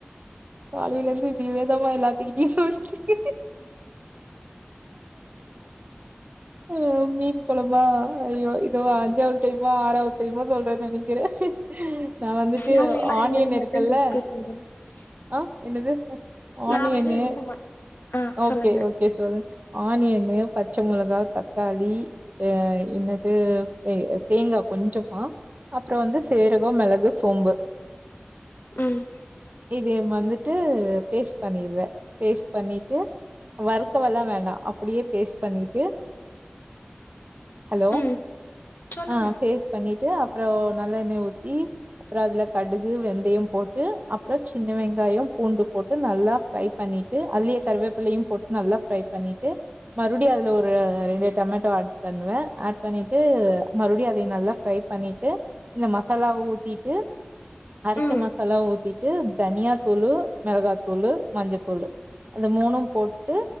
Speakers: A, on the right; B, on the left.
A: காலையில இருந்து இதேதாமா எல்லாத்து கிட்டயூ சொல்ட்டு ஆ மீன் கொழம்பா ஐயோ இதுவா அஞ்சாவது டைமா ஆறாவது டைமா சொல்றோன் தெனைக்கி நா வந்துட்டு
B: நா வேணா
A: ஆனியன்
B: என்னோட
A: இருக்குல்ல
B: மட்டன் <unintelligible>
A: ஆ என்னது ஆனியன்னு
B: நா வேணா என்னோட மட் ஆ
A: ஓகே
B: சொல்லுங்க
A: ஓ கே செல்றெ ஆனியனு பச்ச மெளகா தக்காளி அ என்னது தே தேங்கா கொஞ்சமா அப்றோ வந்து சீரகோ மிளகு சோம்பு
B: ம்
A: வேவ் வந்துட்டு பேஸ்ட் பண்ணிருவே பேஸ்ட் பண்ணிட்டு வறுக்கவல்லா வேண்டா அப் அப்டியே பேஸ்ட் பண்ணிட்டு ஹலோ
B: ம் சொல்லுங்க
A: ஆ பேஸ்ட் பண்ணிட்டு அப்றோ நல்லெண்ணெய் ஊத்தி அப்றோ அதுல கடுகு வெந்தயோ போட்டு அப்றோ சின்ன வெங்காயோ பூண்டு போட்டு நல்லா ஃப்ரை பண்ணிட்டு அதுலியே கருவேப்பிலையூ போட்டு நல்லா ஃப்ரை பண்ணிட்டு மறுபடியூ அதுல ஒரு ரெண்டு டொமேட்டோ ஆட் பண்ணுவ ஆட் பண்ணிட்டு மறுபடியும் அதே நல்லா ஃப்ரை பண்ணிட்டு இந்த மசாலாவ ஊத்திட்டு அரைச்ச
B: ம்
A: மசாலாவை ஊத்தி ட்டு தனியாத்தூளு மிளகாத்தூளு மஞ்சத்தூளு அத மூணூ போட்டு